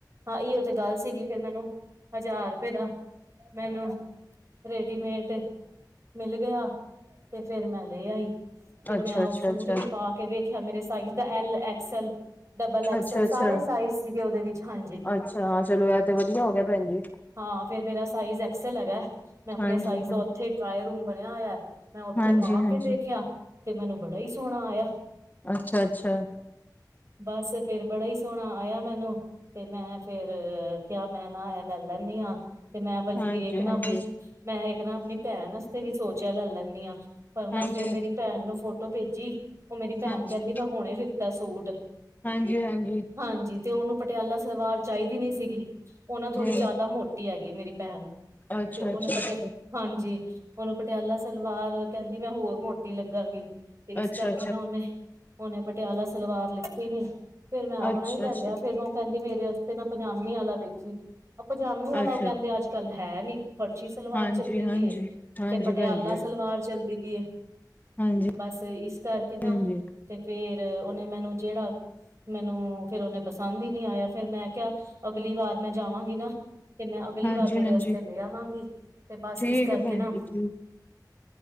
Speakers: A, on the right; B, on the left.
A: ਹਾਂ, ਇਯੋ ਤੇ ਗੱਲ ਸੀਗੀ ਫੇਰ ਮੈਨੂੰ, ਹਜ਼ਾਰ-ਰਪਏ, ਦਾ ਮੈਨੂੰ ਰੇਡੀਮੇਟ ਮਿਲ ਗਿਆ, ਤੇ ਫੇਰ ਮੈਂ ਲੇ ਆਈ। ਤੇ ਮੈਂ,
B: ਅੱਛਾ
A: ਉਹ
B: ਅੱਛਾ
A: ਸੂਟ
B: ਅੱਛਾ
A: ਵੀ, ਪਾ ਕੇ ਵੇਖਿਆ ਮੇਰੇ ਸਾਈਜ਼ ਦਾ ਐਲ, ਐਕਸਲ, ਡਬਲ ਐਕਸਲ
B: ਅੱਛਾ
A: ਸਾਰੇ
B: ਅੱਛਾ
A: ਸਾਈਜ਼ ਸੀਗੇ ਓਦੇ ਵਿੱਚ। ਹਾਂਜੀ।
B: ਅੱਛਾ। ਚਲੋ ਐ ਤੇ ਵਧੀਆ ਹੋ ਗਿਆ ਭੈਣ ਜੀ।
A: ਹਾਂ, ਫਿਰ ਮੇਰਾ ਸਾਈਜ਼ ਐਕਸਲ ਹੈਗਾ। ਮੈਂ ਅਪਣੇ
B: ਹਾਂਜੀ
A: ਸਾਈਜ਼ ਦਾ,
B: ਹਾਂ
A: ਉੱਥੇ ਟ੍ਰਾਏ ਰੂਮ ਬਣਿਆ ਹੋਇਆ, ਮੈਂ ਉੱਥੇ
B: ਹਾਂਜੀ
A: ਪਾਕੇ
B: ਹਾਂਜੀ
A: ਦੇਖਿਆ ਤੇ ਮੈਨੂੰ, ਬੜਾ ਈ ਸੋਹਣਾ ਆਇਆ।
B: ਅੱਛਾ-ਅੱਛਾ।
A: ਬੱਸ ਫੇਰ, ਬੜਾ ਈ ਸੋਹਣਾ ਆਇਆ ਮੈਨੂੰ ਤੇ, ਮੈਂ ਫੇਰ ਕਿਆ ਮੈਂ ਨਾ ਐ ਲੈ ਲੈਨੀ ਆ, ਤੇ ਮੈਂ, ਬਲਕਿ
B: ਹਾਂਜੀ
A: ਏਕ ਨਾ
B: ਹਾਂਜੀ
A: ਅਪਣੀ ਮੈਂ ਏਕ ਨਾ, ਆਪਣੀ ਭੈਣ ਅਸਤੇ ਵੀ ਸੋਚਿਆ ਲੈ ਲੈਨੀ ਆ। ਪਰਨਾ
B: ਹਾਂਜੀ,
A: ਫੇਰ ਨਾ, ਮੇਰੀ ਭੈਣ ਨੂੰ ਫੋਟੋ ਭੇਜੀ ਉਹ ਮੇਰੀ ਭੈਣ
B: ਹਾਂਜੀ,
A: ਕਹਿੰਦੀ,
B: ਹਾਂਜੀ,
A: ਮੈਂ ਹੁਣੇ ਲਿੱਤਾ ਸੂਟ।
B: ਹਾਂਜੀ, ਹਾਂਜੀ।
A: ਹਾਂਜੀ ਤੇ ਉਹਨੂੰ, ਪਟਿਆਲਾ ਸਲਵਾਰ ਚਾਹੀਦੀ ਨੀ ਸੀਗੀ, ਉਹ ਨਾ, ਥੋੜ੍ਹੀ ਜਿਆਦਾ
B: ਹਾਂਜੀ,
A: ਮੋਟੀ ਹੈਗੀ ਆ ਮੇਰੀ ਭੈਣ,
B: ਅੱਛਾ,
A: ਤੇ ਉਹਨੂੰ
B: ਅੱਛਾ,
A: ਪਟਿਆ
B: ਅੱਛਾ।
A: ਹਾਂਜੀ, ਉਹਨੂੰ ਪਟਿਆਲਾ ਸਲਵਾਰ ਕਹਿੰਦੀ ਮੈਂ, ਹੋਰ ਮੋਟ ਟੀ ਲੱਗਾਂਗੀ ਤੇ ਇਸ
B: ਅੱਛਾ,
A: ਕਰਕੇ
B: ਅੱਛਾ,
A: ਨਾ, ਓਨੇ, ਓਨੇ ਪਟਿਆਲਾ ਸਲਵਾਰ ਲਿੱਤੀ ਨੀ ਫਿਰ ਮੈਂ ਆਪਣਾ
B: ਅੱਛਾ,
A: ਹੀ ਲੈ
B: ਅੱਛਾ,
A: ਲਿਆ, ਫਿਰ ਮੈਂ ਉਹ ਕਹਿੰਦੀ ਮੇਰੇ ਵਾਸਤੇ ਨਾ ਪਜਾਮੀ ਆਲਾ ਵੇਖੀਂ। ਓ ਪਜਾਮੀ ਆਲਾ,
B: ਅੱਛਾ,
A: ਉਹ ਕਹਿੰਦੇ ਅੱਜ-ਕੱਲ ਹੈ ਨੀ। ਫਰਸ਼ੀ ਸਲਵਾਰ
B: ਹਾਂਜੀ,
A: ਚੱਲਦੀ
B: ਹਾਂਜੀ।
A: ਪਈ ਏ,
B: ਹਾਂਜੀ
A: ਤੇ ਪਟਿਆਲਾ
B: ਭੈਣ ਜੀ,
A: ਸਲਵਾਰ ਚੱਲਦੀ ਪੀਏ।
B: ਹਾਂਜੀ,
A: ਬਸ ਇਸ ਕਰਕੇ ਨਾ
B: ਹਾਂਜੀ,
A: ਤੇ ਫਿਰ ਉਨੇ ਮੈਨੂੰ ਜਿਹੜਾ, ਮੈਨੂੰ ਫਿਰ ਉਨੇ ਪਸੰਦ ਈ ਨੀ ਆਇਆ, ਫੇਰ ਮੈਂ ਕਿਆ, ਅਗਲੀ ਵਾਰ ਮੈਂ ਜਾਵਾਂਗੀ ਨਾ ਤੇ, ਮੈਂ ਅਗਲੀ
B: ਹਾਂਜੀ,
A: ਵਾਰ ਤੇਰੇ
B: ਹਾਂਜੀ।
A: ਅਸਤੇ ਲੈ ਆਵਾਂਗੀ, ਤੇ ਬਸ
B: ਠੀਕ
A: ਇਸ ਕਰਕੇ
B: ਹੈ ਭੈਣ
A: ਨਾ
B: ਜੀ ਠੀਕ